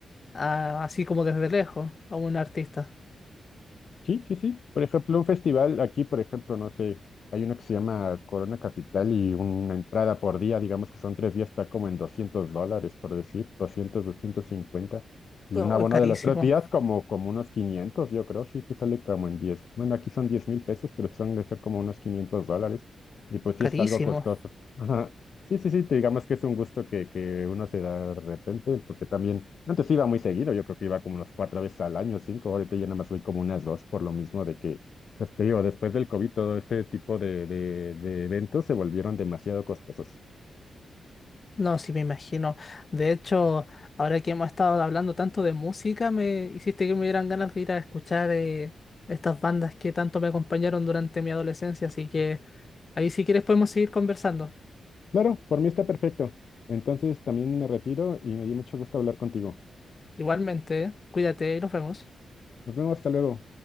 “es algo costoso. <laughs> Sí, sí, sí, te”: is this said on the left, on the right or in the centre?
Left